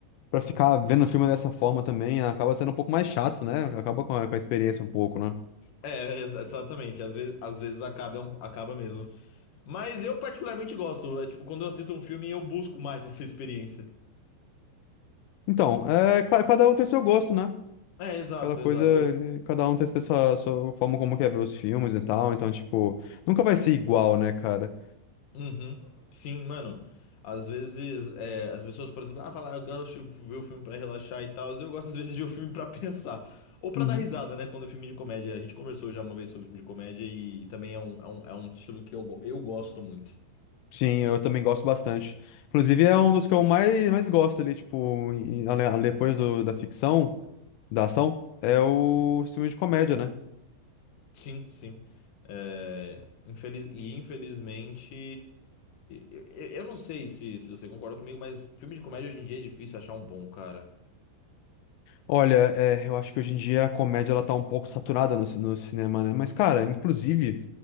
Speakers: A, on the left; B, on the left.
A: pra ficar vendo o filme dessa forma também acaba sendo um pouco mais chato, né? Acaba com a, com a experiência um pouco, né?
B: É, ex- exatamente. Às vezes, às vezes acaba, é um- acaba mesmo. Mas eu particularmente gosto. É, tipo, quando eu assisto um filme, eu busco mais essa experiência.
A: Então, é, ca- cada um tem seu gosto, né?
B: É, exato,
A: Aquela coisa,
B: exato. Eu-
A: né, cada um tem tem sua, sua forma como quer ver os filmes e tal. Então, tipo, nunca vai ser igual, né, cara?
B: Uhum. Sim, mano. Às vezes, é, as pessoas, por exemplo, ah, falar, eu gosto de ver o filme pra relaxar e tal. Eu gosto, às vezes, de ver o filme pra pensar. Ou pra
A: Uhum.
B: dar risada, né? Quando é filme de comédia. A gente conversou já uma vez sobre filme de comédia e também é um, é um, é um estilo que eu, go- eu gosto muito.
A: Sim, eu também gosto bastante. Inclusive, é um dos que eu mais, mais gosto ali, tipo, em- ale- ale- depois do, da ficção, da ação, é o filme de comédia, né?
B: Sim, sim. É, infeliz... E infelizmente, eu, eu eu não sei se, se você concorda comigo, mas filme de comédia hoje em dia é difícil achar um bom, cara.
A: Olha, é, eu acho que hoje em dia a comédia ela tá um pouco saturada no, ci- no cinema, né? Mas, cara, inclusive,